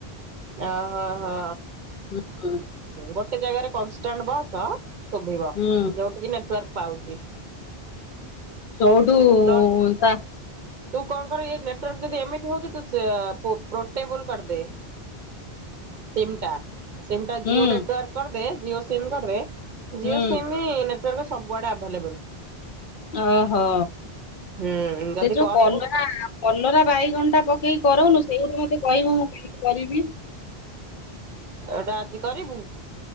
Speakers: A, on the right; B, on the left.
A: ଅ ହ ହଁ ହଁ
B: ହୁଁ
A: ଗୋଟେ ଜାଗାରେ କନାଣ୍ଟ ବସ୍, ଶୁଭିବ
B: ହୁଁ
A: ଯୋଉଠିକି ନେଟା ପାଉଛି।
B: ସୋଉଟୁ
A: ତ
B: ତା
A: ତୁ କଣ କର ଏ ନେଟୱାର୍ ଯଦି ଏମିତି ହଉଛି, ତୁ ସେ ପ୍ରୋ ପ୍ରୋଟେବୁଲ କରିଦେ। ସିମଟା ସିମ୍ ଟା
B: ହୁଁ
A: ଜିଓ ନେଟୱାର୍କ କରିଦେ ଜିଓ ସିମ୍ କରିଦେ।
B: ହୁଁ
A: ଜିଓ ସିମ୍ ନେଟୱାର୍କ ସବୁଆଡେ ଆଭେଲେବଲ।
B: ଓ ହୋ
A: ହୁଁ ଯଦି
B: ସେ ଯୋଉ
A: କହିବୁ
B: କଲରା କଲରା ବାଇଗଣଟା ପକେଇକି କରଉନୁ ସେଇଗୁ ମତେ କହିବୁ ମୁଁ କେମିତି କରିବି?
A: ଏଇଟା ଆଜି କରିବୁ?